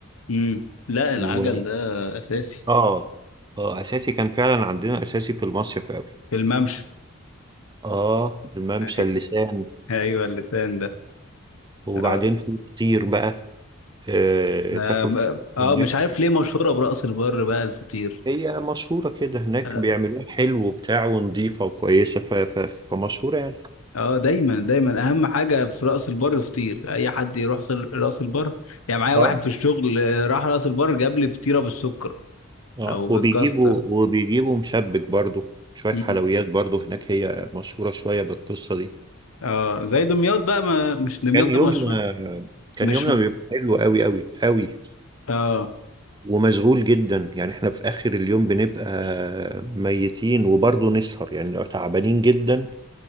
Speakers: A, on the left; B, on the right.
A: امم لا
B: و...
A: العجل ده اساسي
B: آه آه أساسي كان فعلا عندنا أساسي في المصيف قوي
A: الممشى
B: آه الممشى
A: <laughs> أيوة
B: اللسان
A: أيوة، اللسان ده
B: وبعدين
A: اه
B: في فطير بقى آه،
A: آه،
B: تاكل فطير
A: آه،
B: هناك
A: مش عارف ليه مشهورة برأس البر بقى الفطير
B: هي مشهورة كده هناك
A: اه
B: بيعملوها حلو وبتاع ونضيفة وكويسة ف... ف... فمشهورة يعني
A: آه، دايما دايما اهم حاجة في رأس البر فطير اي حد يروح س- رأس البر يعني معايا واحد
B: آه
A: في الشغل آه، راح رأس البر جاب لي فطيرة بالسكر
B: اه
A: او
B: وبيجيبوا
A: بالكاسترد
B: وبيجيبوا مشبك برضو شوية
A: مم.
B: حلويات برضو هناك هي مشهورة شوية بالقصة دي
A: اه زي دمياط بقى ما مش دمياط
B: كان
A: ده
B: يومنا
A: مشهور
B: كان
A: مش
B: يومنا بيبقى حلو قوي قوي قوي
A: اه
B: ومشغول جدا يعني احنا في آخر اليوم بنبقى ميتين وبرضو نسهر يعني لو تعبانين جدا